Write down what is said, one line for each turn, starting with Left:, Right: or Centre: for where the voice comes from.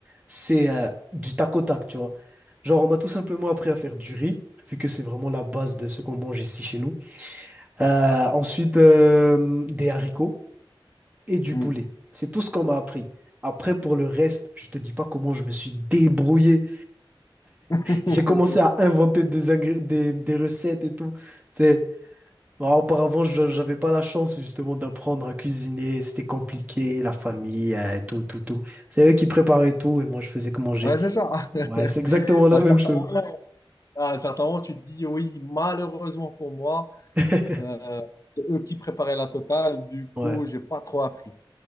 Right: c'est euh, du tac au tac, tu vois. Genre, on m'a tout simplement appris à faire du riz, vu que c'est vraiment la base de ce qu'on mange ici chez nous. Euh, ensuite, euh, des haricots et du
Left: Mm.
Right: poulet. C'est tout ce qu'on m'a appris. Après, pour le reste, je te dis pas comment je me suis débrouillé.
Left: <laughs>
Right: J'ai commencé à inventer des, ingré- des, des recettes et tout. Tu sais, Bon, auparavant, je- j'avais pas la chance justement d'apprendre à cuisiner. C'était compliqué, la famille, euh, tout, tout, tout. C'est eux qui préparaient tout et moi, je faisais que manger.
Left: Ouais, c'est ça. <laughs>
Right: Ouais, c'est exactement la
Left: À
Right: même
Left: certains
Right: chose.
Left: moments, à certains moments, tu te dis, oui, malheureusement pour moi,
Right: <laughs>
Left: euh, c'est eux qui préparaient la totale. Du coup,
Right: Ouais,
Left: j'ai pas trop appris.